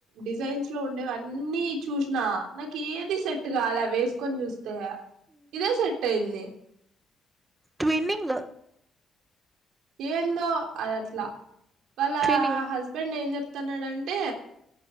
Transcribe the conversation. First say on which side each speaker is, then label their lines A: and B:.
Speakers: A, on the right (about 80°); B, on the right (about 20°).
A: డిజైన్స్ లో ఉండేవి అన్నీ చూస్ నా నాకు ఏది సెట్ గాల వేసుకో <unintelligible> తీయ ఇదే సెట్ అయ్యింది.
B: ట్విన్నింగ్ లో
A: ఏందో అది అట్లా వాళ్ళ
B: ట్విన్నింగ్
A: హస్బెండ్ ఏం చెప్ స్తన్నాడంటే